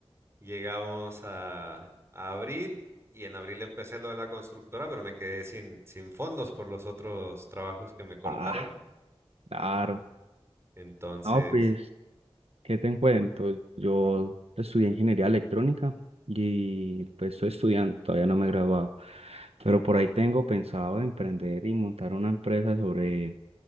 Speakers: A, on the right; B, on the right.
A: llegamos a, a abril y en abril empecé lo de la constructora, pero me quedé sin, sin fondos por los otros trabajos que me cortaron.
B: Ah, claro.
A: Entonces...
B: No, pues. ¿Qué te cuento? Yo estudié ingeniería electrónica y pues estoy estudiando, todavía no me he graduado, pero por ahí tengo pensado emprender y montar una empresa sobre